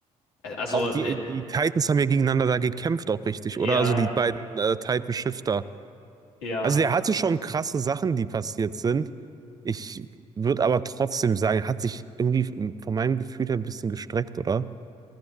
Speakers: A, on the left; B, on the right.
A: Äh, Also
B: Auch die,
A: äh,
B: die Titans haben ja gegeneinander da gekämpft, auch richtig,
A: eher,
B: oder? Also die beiden äh, Titan-Shifter.
A: eher,
B: Also er hatte schon krasse Sachen, die passiert sind. Ich würde aber trotzdem sagen, er hat sich irgendwie von meinem Gefühl her ein bisschen gestreckt, oder?